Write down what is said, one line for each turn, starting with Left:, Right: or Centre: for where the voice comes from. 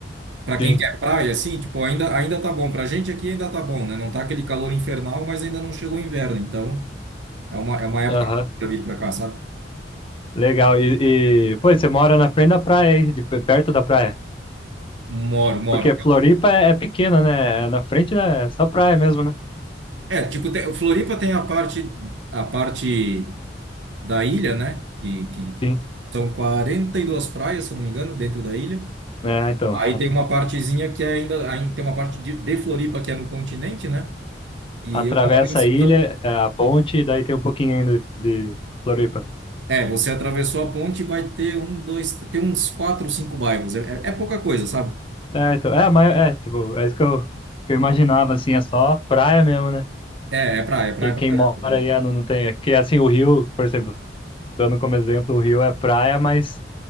Right: Pra quem
Left: sim.
Right: quer praia, assim, tipo, ainda, ainda tá bom. Pra gente aqui ainda tá bom, né? Não tá aquele calor infernal, mas ainda não chegou o inverno. Então, é uma, é uma época
Left: Aham.
Right: pra vir pra cá, sabe?
Left: Legal. E, e, pô, você mora na frente da praia aí, de, pe- perto da praia.
Right: Moro, moro.
Left: Porque Floripa é, é pequena, né? É na frente, né? É só praia mesmo, né?
Right: É, tipo, tem, Floripa tem a parte, a parte da ilha, né? Que, que
Left: Sim.
Right: são 42 praias, se eu não me engano, dentro da ilha.
Left: É, então.
Right: Aí tem uma partezinha que é ainda, aí tem uma parte de, de Floripa que é no continente, né? E
Left: atravessa
Right: eu moro em São...
Left: a ilha, é, a ponte, e daí tem um pouquinho ainda de, Floripa.
Right: É, você atravessou a ponte e vai ter um, dois, tem uns quatro, cinco bairros. É, é, é pouca coisa, sabe?
Left: É, então, é, mas é, tipo, é isso que eu, que eu imaginava, assim, é só praia mesmo, né?
Right: É, é praia, é praia
Left: Quem, quem
Right: pra caramba.
Left: mora aí é, não, não tem. É que assim, o Rio, por exemplo, dando como exemplo, o Rio é praia, mas